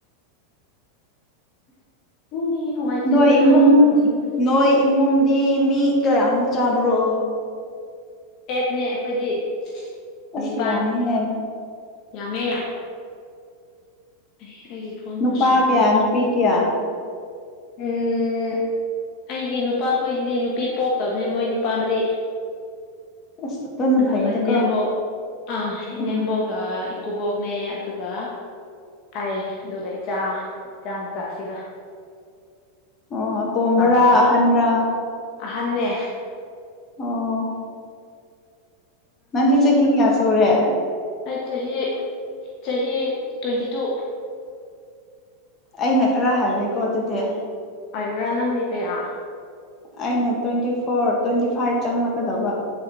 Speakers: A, on the left; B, on the left.
A: ꯎꯝ ꯍꯋꯥꯏ ꯆꯦꯟꯕꯅ
B: ꯅꯣꯏ ꯏꯃꯨꯡ
A: ꯍꯋꯥꯏ ꯆꯦꯟꯕꯅ
B: ꯅꯣꯏ ꯏꯃꯨꯡ꯫ ꯗꯤ ꯃꯤ ꯀꯌꯥꯃꯨꯛ ꯆꯥꯕ꯭ꯔꯣ꯫
A: ꯑꯦꯠꯅꯦ ꯑꯩꯈꯣꯏꯗꯤ꯫ ꯅꯤꯄꯥꯟ
B: ꯑꯁ ꯌꯥꯝꯃꯤꯍꯦ꯫
A: ꯌꯥꯝꯃꯦ ꯌꯥ꯫ <unintelligible>
B: ꯅꯨꯄꯥ
A: ꯈꯨꯁꯥꯗꯣ
B: ꯀꯌꯥ ꯅꯨꯄꯤ ꯀꯌꯥ꯫
A: ꯎꯝ꯫ ꯑꯩꯒꯤ ꯅꯨꯄꯥꯈꯣꯏꯗꯤ ꯅꯨꯄꯤ ꯄꯣꯛꯇꯕꯅꯦ ꯃꯣꯏ ꯅꯨꯄꯥ ꯃꯔꯤ꯫
B: ꯑꯁ ꯑꯗꯨꯅ
A: ꯑꯗꯨꯒ
B: ꯐꯩꯗꯀꯣ
A: ꯏꯅꯦꯝꯕꯣꯛ ꯑꯥ ꯏ
B: ꯎꯝ
A: ꯅꯦꯝꯕꯣꯒ꯫ ꯀꯨꯕꯣꯛꯅꯦ ꯑꯗꯨꯒ꯫ ꯑꯩ ꯑꯗꯨꯒ ꯏꯆꯥ ꯆꯥꯃꯆꯥꯁꯤꯒ꯫
B: ꯑꯣ ꯑꯇꯣꯝꯕꯔꯥ
A: ꯑꯣꯏꯔꯦ
B: ꯑꯍꯟ ꯔꯥ꯫
A: ꯑꯍꯟꯅꯦ꯫
B: ꯑꯣ꯫ ꯅꯪꯗꯤ ꯆꯍꯤ ꯀꯌꯥ ꯁꯨꯔꯦ꯫
A: ꯑꯩ ꯆꯍꯤ ꯆꯍꯤ ꯇ꯭ꯋꯦꯟꯇꯤ ꯇꯨ꯫
B: ꯑꯩꯅ ꯈꯔ ꯍꯜꯂꯦꯀꯣ ꯑꯗꯨꯗꯤ꯫
A: ꯑꯣꯏꯕ꯭ꯔꯥ ꯅꯪ ꯃꯤ ꯀꯌꯥ꯫
B: ꯑꯩꯅ ꯇ꯭ꯋꯦꯟꯇꯤ ꯐꯣꯔ ꯇ꯭ꯋꯦꯟꯇꯤ ꯐꯥꯏꯚ ꯆꯪꯂꯛꯀꯗꯕ꯫